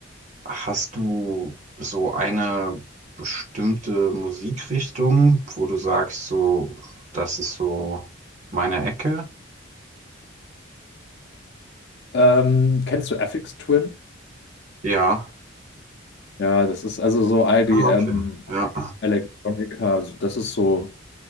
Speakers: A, on the right (about 35°); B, on the left (about 55°).
A: hast du so eine bestimmte Musikrichtung, wo du sagst, so, das ist so meine Ecke?
B: Ähm, kennst du FX Twin?
A: Ja.
B: Ja, das ist also so IDM,
A: Ah, okay. Ja.
B: Electronica, so- das ist so,